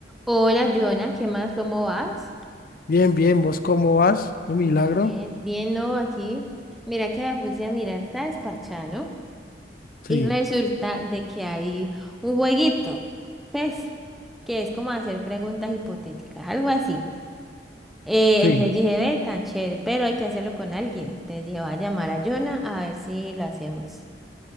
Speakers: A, in the centre; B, on the left.
A: Hola, Jonah, ¿qué más? ¿Cómo vas?
B: Bien, bien, ¿vos cómo vas? ¿De milagro?
A: Bien, bien, no, aquí. Mira que me puse a mirar, está desparchado, ¿no?
B: Sí,
A: Y resulta de que hay un jueguito, pues, que es como hacer preguntas hipotéticas, algo así. Eh,
B: sí,
A: entonces dije, ve, tan chévere, pero hay que hacerlo con alguien. Entonces dije, voy a llamar a Jonah a ver si lo hacemos.